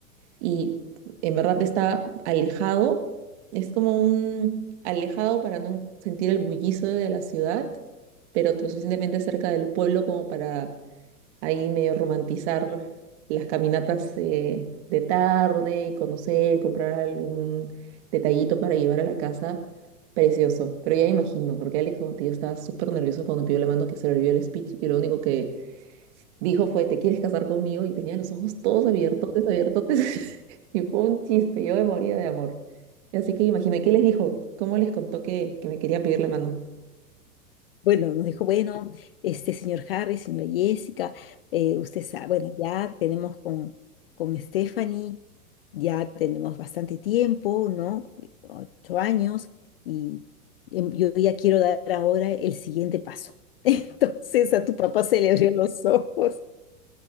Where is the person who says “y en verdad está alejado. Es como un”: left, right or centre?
Right